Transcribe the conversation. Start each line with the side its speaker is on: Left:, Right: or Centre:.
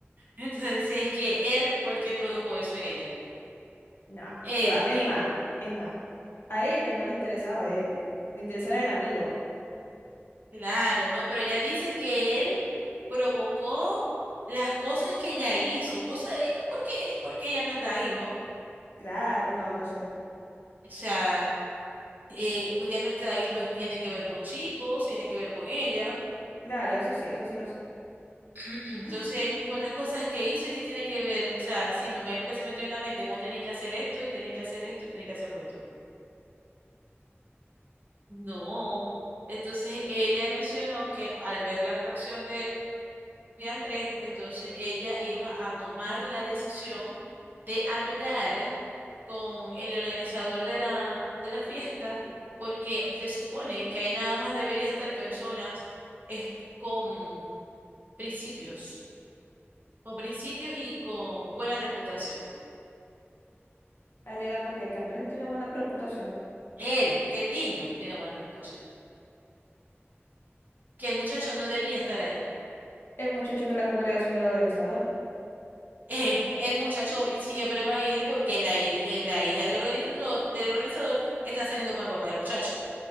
Right: Entonces, es que él, porque produjo eso en ella?
Left: No,
Right: Él,
Left: qué va. Es
Right: él.
Left: más, es más. A ella no le interesaba a él. Le interesaba el amigo.
Right: Claro, no, pero ella dice que él provocó las cosas que ella hizo. ¿Vos sabés por qué? Porque ella no está ahí, ¿no?
Left: Claro, no, no sé.
Right: O sea, eh, ella no está ahí, no tiene que ver con chicos, tiene que ver con ella.
Left: Claro, eso sí, eso sí lo sé.
Right: <clears throat> Entonces,
Left: <laughs>
Right: fue las cosas que hizo y que tiene que ver. O sea, sí, me imagino que se metió en la mente, vos tenés que hacer esto y tenés que hacer esto y tenés que hacer lo otro. No. Entonces, ella mencionó que al ver la reacción de Andrés, entonces ella iba a tomar la decisión de hablar con el organizador de la, de la fiesta, porque se supone que ahí nada más debería estar personas es- con principios, con principios y con buena reputación.
Left: Alegando que, que Andrés no tiene buena reputación.
Right: Él, que el niño no tiene buena reputación, que el muchacho no debía estar ahí. <laughs>
Left: El muchacho es de la congregación del organizador.
Right: Eh, el muchacho
Left: Mm,
Right: vi- siempre va a ir porque la, hi- eh, la hija del organizador, del organizador está saliendo con el papá del muchacho.